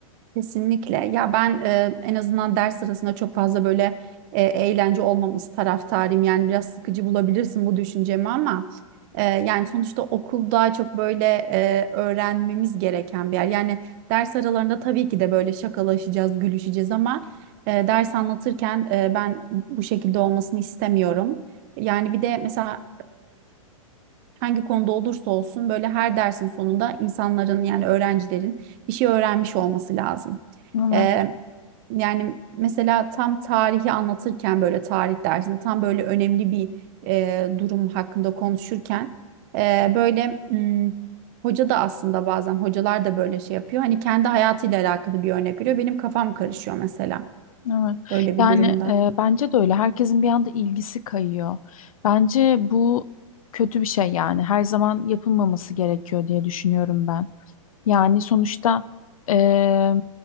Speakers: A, on the right; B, on the left.
A: Kesinlikle. Ya ben e, en azından ders sırasında çok fazla böyle e, eğlence olmaması taraftarıyım. Yani biraz sıkıcı bulabilirsin bu düşüncemi ama e, yani sonuçta okulda çok böyle e, öğrenmemiz gereken bir yer. Yani ders aralarında tabii ki de böyle şakalaşacağız, gülüşeceğiz ama e, ders anlatırken e, ben bu şekilde olmasını istemiyorum. Yani bir de mesela hangi konuda olursa olsun böyle her dersin sonunda insanların yani öğrencilerin bir şey öğrenmiş olması lazım.
B: Evet,
A: Ee, yani mesela tam tarihi anlatırken böyle tarih dersinde tam böyle önemli bir e, durum hakkında konuşurken e, böyle hmm, hoca da aslında bazen hocalar da böyle şey yapıyor. Hani kendi hayatıyla alakalı bir örnek veriyor. Benim kafam karışıyor mesela.
B: evet.
A: Öyle bir
B: Yani
A: durumda.
B: e, bence de öyle. Herkesin bir anda ilgisi kayıyor. Bence bu kötü bir şey yani. Her zaman yapılmaması gerekiyor diye düşünüyorum ben. Yani sonuçta eee,